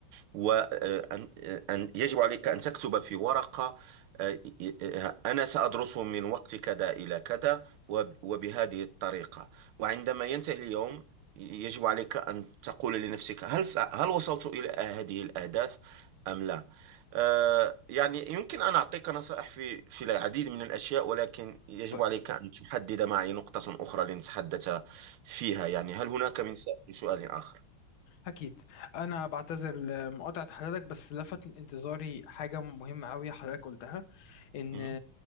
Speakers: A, on the right; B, on the left.
A: وأن يجب عليك أن تكتب في ورقة آه، آه، أنا سأدرسه من وقت كذا إلى كذا وب- وبهذه الطريقة وعندما ينتهي اليوم يجب عليك أن تقول لنفسك هل هل وصلت إلى هذه الأهداف أم لا آه، يعني يمكن أن أعطيك نصائح في في العديد من الأشياء ولكن يجب
B: طيب
A: عليك أن تحدد معي نقطة أخرى لنتحدث فيها يعني هل هناك من س- سؤال آخر؟
B: أكيد أنا بعتذر لمقاطعة حضرتك بس لفت انتظاري حاجة مهمة أوي حضرتك قلتها إن
A: مهم.